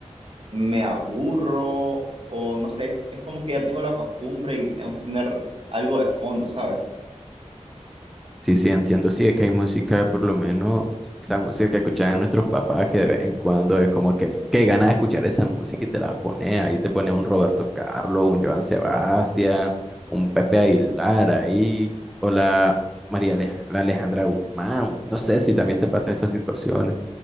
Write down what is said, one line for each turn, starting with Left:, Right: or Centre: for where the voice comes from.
Right: me aburro o no sé, es como que ya tengo la costumbre y tengo que tener algo de fondo, ¿sabes?
Centre: Sí, sí, entiendo. Sí, es que hay música, por lo menos, esa música que escuchaban nuestros papás, que de vez en cuando es como que, es- qué ganas de escuchar esa música y te las pone ahí, te pone un Roberto Carlos, un Joan Sebastián, un Pepe Aguilar ahí, o la María Ale- la Alejandra Guzmán. No sé si también te pasan esas situaciones.